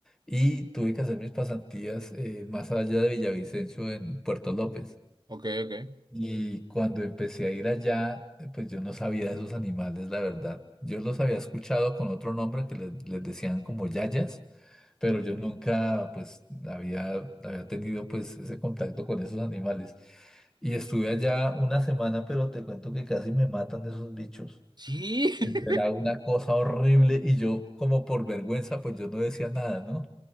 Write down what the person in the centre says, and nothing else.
y tuve que hacer mis pasantías eh, más allá de Villavicencio en Puerto López.
Y cuando empecé a ir allá, eh, pues yo no sabía de esos animales, la verdad. Yo los había escuchado con otro nombre que les, les decían como yayas, pero yo nunca pues había, había tenido pues ese contacto con esos animales. Y estuve allá una semana, pero te cuento que casi me matan esos bichos.
Era una cosa horrible y yo como por vergüenza pues yo no decía nada, ¿no?